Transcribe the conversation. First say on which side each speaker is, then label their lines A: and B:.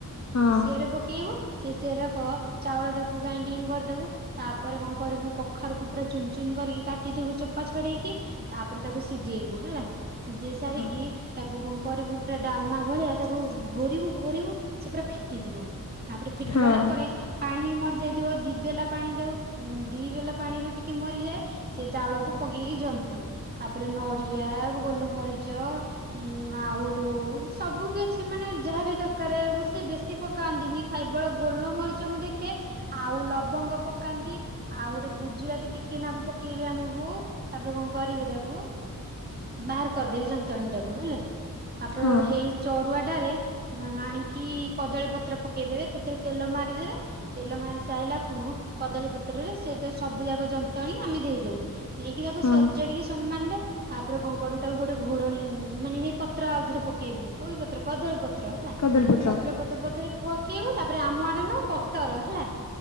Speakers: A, on the left; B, on the right.
A: ହଁ
B: ସେରେ ପକେଇବୁ ସେ ସେରେ କ ଚାଉଳ ତାକୁ ଗ୍ରାଇଣ୍ଡିଙ୍ଗ କରିଦେବୁ ତାପରେ କଣ କରିବୁ କଖାରୁକୁ ପୁରା ଚୁନ ଚୁନ କରିକି କାଟିଥିବୁ ଚୋପା ଛଡ଼େଇକି। ତାପରେ ତାକୁ ସିଝେଇବୁ ହେଲା। ସିଝେଇ ସାରିକି
A: ହଁ
B: ତାକୁ କଣ କରିବୁ ପୁରା ଡାଲମା ଭଳିଆ ତାକୁ ଘୋରିବୁ ଘୋରିବୁ ସେ ପୁରା ଫିଟିଯିବ ତାପରେ ଫିଟି
A: ହଁ
B: ଗଲା ପରେ ପାଣି ବି ମରିଯାଇଥିବ ଦି ବେଲା ପାଣି ଦେଉ ଦି ବେଲା ପାଣିରୁ ଟିକେ ମରିଯାଏ ସେ ଚାଉଳକୁ ପକେଇକି ଜନ୍ତୁ ତାପରେ ନଡ଼ିଆ, ଗୋଲମରିଚ ଉ <unintelligible> ସବୁ କିଛି ମାନେ ଯାହାବି ଦରକାର ସେ ବେଶୀ ପ କାନ୍ଦିଲି ଖାଇବେଳେ ଗୋଲମରିଚ ମୁ ଦେଖେ ଆଉ ଲବଙ୍ଗ ପକାନ୍ତି। ଆଉ ଗୋଟେ ଗୁଜୁରାତି ଟିକେ ନାକୁ ପକେଇବେ ଆମ ବୋଉ ତାପରେ କଣ କରିବେ ତାକୁ ବାହାର କରିଦେବି ଯନ୍ତୁଆଣି ଟାକୁ ହେଲା ତାପରେ
A: ହଁ
B: ହେଇ ଚଡୁଆଟାରେ ଆଣିକି କଦଳୀ ପତ୍ର ପକେଇଦବେ ସେଥିରେ ତେଲ ମାରିଦେବେ ତେଲ ମାରିସାଇଲା ଖୁଣୁ କଦଳୀ ପତ୍ରରେ ସେ ସବୁ ଯାକ ଯନ୍ତୁଆଣି ଆମେ ଦେଇଦଉ। ନେଇକି ତାକୁ
A: ହଁ
B: ସଜାଡିକି ସମାନ ରେ ତାପରେ କଣ କରୁ ତାକୁ ଗୋଟେ ଘୋଡଣୀ ମାନେ ହେଇ ପତ୍ ପତ୍ର ଆଉଥରେ ପକେଇବୁ କୋଉି ପତ୍ର କଦଳୀ ପତ୍ର ହେଲା
A: କଦଳୀପତ୍ର
B: କଦ୍ର ପତ୍ର ପ ପକେଇବୁ ତାପରେ ଆମ ଆଡେ ନ ପତର ହେଲା